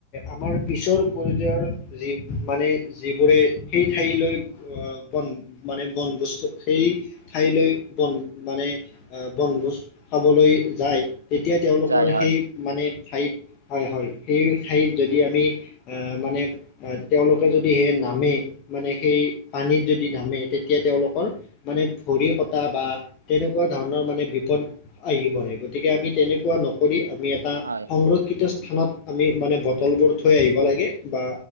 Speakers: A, on the left; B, on the right.
A: আমাৰ পিছৰ পৰ্য্যায়ৰ যি মানে যিবোৰে সেই ঠাইলৈ বন মানে বনবস্তু সেই ঠাইলৈ বন মানে আহ বনভোজ খাবলৈ যায়, তেতিয়া তেওঁলোকৰ
B: যায় হয়
A: সেই মানে ঠাইত হয় হয় সেই ঠাইত যদি আমি আহ মানে তেওঁলোকে যদি সে নামে মানে সেই পানীত যদি নামে তেতিয়া তেওঁলোকৰ মানে ভৰি কটা বা তেনেকুৱা ধৰণৰ মানে বিপদ আহি পৰে গতিকে আমি তেনেকুৱা নকৰি আমি এয়াত এটা
B: হয়
A: সংৰক্ষিত স্থানত আমি মানে বটলবোৰ থৈ আহিব লাগে বা